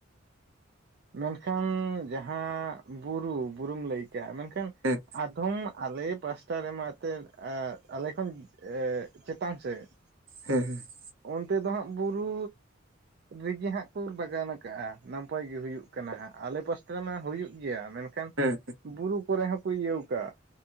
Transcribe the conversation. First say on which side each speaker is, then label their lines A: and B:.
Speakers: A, on the right; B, on the right.
A: ᱢᱮᱱᱠᱷᱟᱱ ᱡᱟᱦᱟᱸ ᱵᱩᱨᱩ, ᱵᱩᱨᱩᱢ ᱞᱟᱹᱭ ᱠᱮᱜᱼᱟ, ᱢᱮᱱᱠᱷᱟᱱ
B: ᱦᱮᱸ
A: ᱟᱫᱷᱚᱢ ᱟᱞᱮ ᱯᱟᱥ <unintelligible> ᱮ ᱟᱞᱮ ᱠᱷᱚᱱ ᱪᱮᱛᱟᱱ ᱥᱮᱫ ᱾
B: ᱦᱮᱸ ᱦᱮᱸ ᱾
A: ᱚᱱᱛᱮ ᱫᱚ ᱦᱟᱸᱜ ᱵᱩᱨᱩ ᱨᱮᱜᱮ ᱦᱟᱸᱜ ᱠᱚ ᱵᱟᱜᱟᱱ ᱠᱟᱜᱼᱟ, ᱱᱟᱯᱟᱭ ᱜᱮ ᱦᱩᱭᱩᱜ ᱠᱟᱱᱟ ᱦᱟᱸᱜ, ᱟᱞᱮ ᱯᱟᱥᱴᱟ ᱨᱮᱢᱟ ᱦᱩᱭᱩᱜ ᱜᱮᱭᱟ ᱢᱮᱱᱠᱷᱟᱱ
B: ᱦᱮᱸ
A: ᱵᱩᱨᱩ ᱠᱚᱨᱮ ᱦᱚᱸᱠᱚ ᱤᱭᱟᱹᱣ ᱠᱟᱜᱼᱟ,